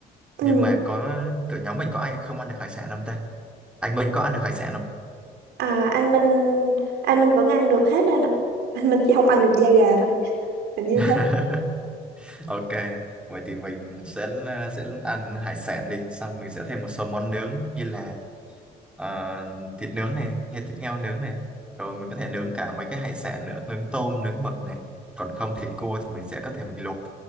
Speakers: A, on the right; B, in the centre.
A: Ừ.
B: nhưng mà có cỡ nhóm mình có ai không ăn được hải sản không ta anh Minh có ăn được hải sản không
A: À, anh Minh anh Minh vẫn ăn được hết anh ạ. <laughs> Anh Minh chỉ không ăn được da gà thôi. Hình như
B: <laughs>
A: thế.
B: ok vậy thì mình sẽ ờ, sẽ ăn hải sản đi xong mình sẽ thêm một số món nướng như là ờ, thịt nướng này hay thịt heo nướng này rồi mình có thể nướng cả mấy cái hải sản nữa nướng tôm nướng mực này còn không thì cua thì mình sẽ có thể mình luộc